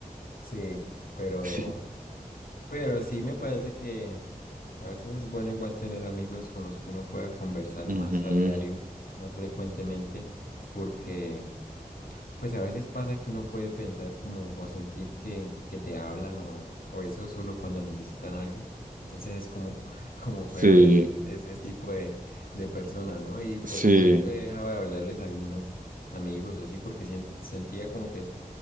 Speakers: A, on the left; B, on the right.
A: sí, pero...
B: <laughs> Sí.
A: Pero sí me parece que a veces es bueno igual tener amigos con los que uno pueda conversar
B: Ujú.
A: más a diario, más frecuentemente, porque pues a veces pasa que uno puede pensar como o sentir que, que te hablan o, o eso solo cuando necesitan algo. Entonces es como, <laughs> como
B: Sí,
A: feo ese, ese tipo de, de personas, ¿no? Y pues
B: sí,
A: por eso he dejado de hablarles a algunos amigos o así, porque sien- sentía como que